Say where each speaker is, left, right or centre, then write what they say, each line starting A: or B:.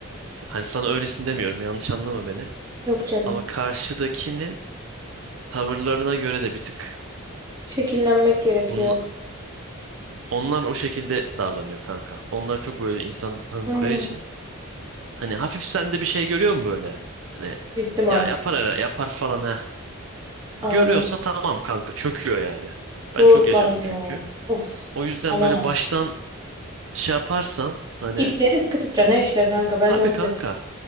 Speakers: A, on the right; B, on the right.
A: hani sana öylesin demiyorum yanlış anlama beni.
B: Yok canım.
A: Ama karşıdakinin tavırlarına göre de bir tık.
B: Şekillenmek gerekiyor.
A: Bunun- onlar o şekilde davranıyor kanka. Onlar çok böyle insan tanıdıkları
B: Hmm.
A: için. Hani hafif sende bir şey görüyor mu böyle? Hani
B: İstimal.
A: ya yapar ara- yapar falan ha.
B: Aynen.
A: Görüyorsa tamam kanka çöküyor yani.
B: Doğru
A: Ben çok
B: kanka
A: yaşadım çünkü.
B: ya. Of.
A: O yüzden
B: Ana.
A: böyle baştan şey yaparsan hani
B: İpleri sıkı tutacaksın ha işte kanka. Ben
A: tabii
B: de onu
A: kanka
B: dedim.